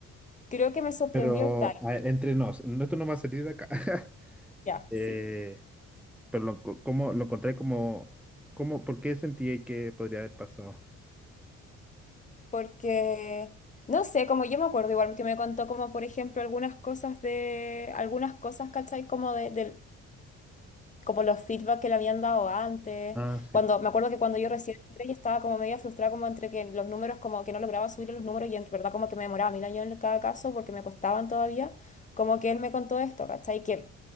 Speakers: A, on the left; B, in the centre.
A: creo que me sorprendió
B: Pero
A: el time,
B: a ver, entre nos, no, esto no va a salir de acá. <laughs>
A: ya,
B: Eh,
A: sí.
B: pero lo, co- como, lo encontré como, como, ¿por qué sentí que podría haber pasado?
A: Porque, no sé, como yo me acuerdo igual que me contó como, por ejemplo, algunas cosas de, algunas cosas, ¿cachai? Como de, del- como los feedback que le habían dado antes.
B: Ah, sí.
A: Cuando, me acuerdo que cuando yo recién entré y estaba como media frustrada como entre que los números, como que no lograba subir los números y en verdad como que me demoraba mil años en cada caso porque me costaban todavía, como que él me contó esto, ¿cachai? Que